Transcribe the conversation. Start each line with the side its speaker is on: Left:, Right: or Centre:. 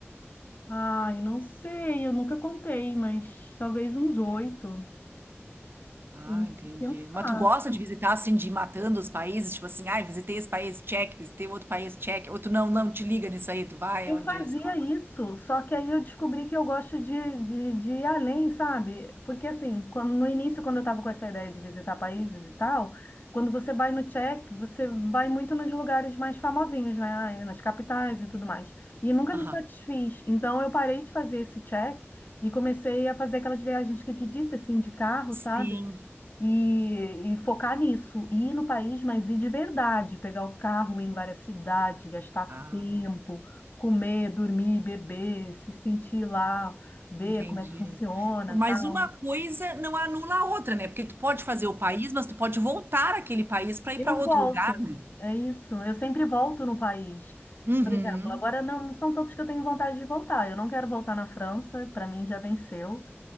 Left: Ai, não sei, eu nunca contei, mas talvez uns oito.
Right: Ah,
Left: Tem
Right: entendi.
Left: que pensar.
Right: Mas tu gosta de visitar assim, de ir matando os países? Tipo assim, ai, visitei esse país, check, visitei outro país, check. Ou tu não, não, te liga nisso aí, tu vai
Left: Eu
Right: onde,
Left: fazia
Right: sei lá.
Left: isso, só que aí eu descobri que eu gosto de, de, de ir além, sabe? Porque assim, quando, no início, quando eu estava com essa ideia de visitar países e tal, quando você vai no Tchek, você vai muito nos lugares mais famosinhos, né? Nas capitais e tudo mais. E nunca
Right: Aham.
Left: me satisfiz. Então eu parei de fazer esse check e comecei a fazer aquelas viagens que eu te disse, assim, de carro,
Right: Sim.
Left: sabe? E, e focar nisso, ir no país, mas ir de verdade, pegar o carro, ir em várias cidades, gastar
Right: Ah,
Left: tempo, comer, dormir, beber, se sentir lá, ver
Right: entendi.
Left: como é que funciona,
Right: Mas
Left: tal.
Right: uma coisa não anula a outra, né? Porque tu pode fazer o país, mas tu pode voltar àquele país para ir
Left: Eu
Right: para outro
Left: volto,
Right: lugar, né?
Left: é isso. Eu sempre volto no país.
Right: Uhum.
Left: Por exemplo, agora não são todos que eu tenho vontade de voltar. Eu não quero voltar na França, para mim já venceu.